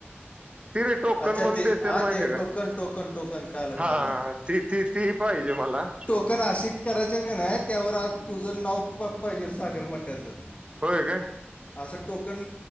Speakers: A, on the right; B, on the left.
A: ते नई टोकन
B: अच्छा
A: म्हणून
B: ते
A: देत्यात
B: हा
A: माहितीये
B: ते टोकन
A: का
B: टोकन टोकन काल
A: हा
B: काल
A: ती ती ती पाहिजे मला
B: राशीद करायचं हाय कनाही त्यावर आ तुझं नाव पाहिजे सागर मठ्याचं
A: होय काय
B: असं टोकन